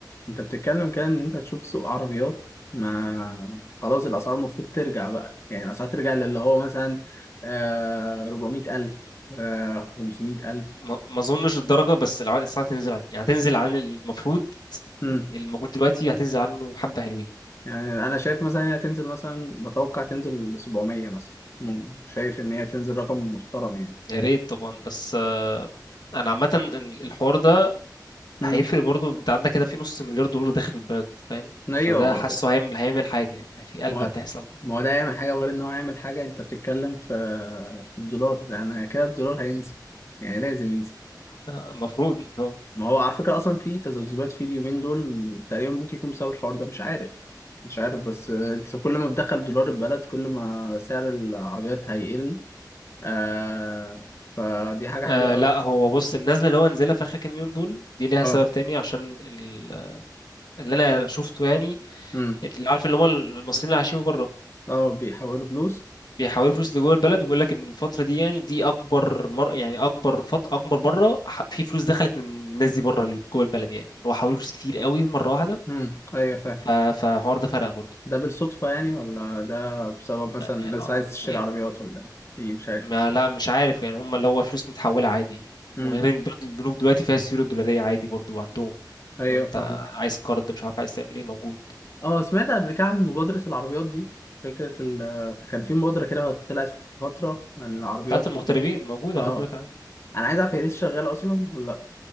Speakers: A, on the left (about 40°); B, on the left (about 70°).
A: انت بتتكلم كده ان انت هتشوف سوق عربيات ما خلاص الاسعار المفروض ترجع بقى يعني الاسعار ترجع للي هو مثلا آه 400 الف آه 500 الف
B: ما ما اظنش الدرجه بس الع- الاسعار هتنزل عن يعني هتنزل عن المفروض
A: امم
B: اللي موجود دلوقتي هتنزل عنه حبه حلوين
A: يعني انا شايف مثلا إن هي تنزل مثلا بتوقع تنزل ل 700 مثلا مم. شايف ان هي تنزل رقم محترم يعني
B: يا ريت طبعا بس آه، انا عامه إن الحوار ده
A: امم
B: هيفرق برضه انت عندك كده في نص مليار دولار داخل البلد فاهم
A: ايوه
B: فده حاسه هيعمل هيعمل حاجه يعني في قلب
A: ما
B: هتحصل
A: هو ما هو ده يعمل حاجه غير ان هو يعمل حاجه انت بتتكلم في في الدولار لان كده الدولار هينزل يعني لازم ينزل
B: آه، المفروض <laughs>
A: ما هو على فكرة أصلا في تذبذبات في اليومين دول تقريبا ممكن يكون بسبب الحوار ده مش عارف مش عارف بس آه، أنت كل ما بتدخل دولار البلد كل ما سعر العربيات هيقل آه فدي حاجة حلوة
B: آه، لا
A: أوي
B: هو بص النزله اللي هو نزلها في اخر كام يوم دول دي ليها
A: أه
B: سبب تاني عشان ال اللي انا شفته يعني
A: أمم
B: اللي عارف اللي هم المصريين اللي عايشين بره
A: أه بيحولوا فلوس
B: بيحولوا فلوس لجوه البلد وبيقول لك ان الفتره دي يعني دي اكبر مر... يعني اكبر فت... اكبر مره ح- في فلوس دخلت من الناس دي بره جوه البلد يعني هو حولوا فلوس كتير قوي مره واحده
A: أمم أيوه فاهم
B: ف... فالحوار ده فرق برضه
A: ده بالصدفة يعني ولا ده بسبب مثلا
B: آه،
A: الناس عايز تشتري
B: آه،
A: عربيات ولا إيه مش عارف
B: ما لا مش عارف يعني هم اللي هو فلوس متحوله عادي
A: أمم
B: وغير ان برضه البنوك دلوقتي فيها السيوله الدولاريه عادي برضه عندهم
A: أيوه
B: لو انت
A: فاهم
B: عايز قرض مش عارف عايز تعمل ايه موجود
A: اه سمعت قبل كده عن مبادرة العربيات دي فكرة ال كان في مبادرة كده طلعت في فترة عن العربيات
B: بتاعت المغتربين
A: وكده
B: موجوده
A: اه
B: لحد دلوقتي عادي
A: انا عايز اعرف هي لسه شغالة اصلا ولا لا